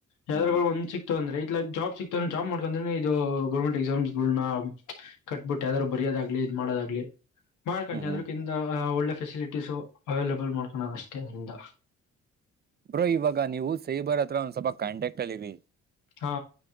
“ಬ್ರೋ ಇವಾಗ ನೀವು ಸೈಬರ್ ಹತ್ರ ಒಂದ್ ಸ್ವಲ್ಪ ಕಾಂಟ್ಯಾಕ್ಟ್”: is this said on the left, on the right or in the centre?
Right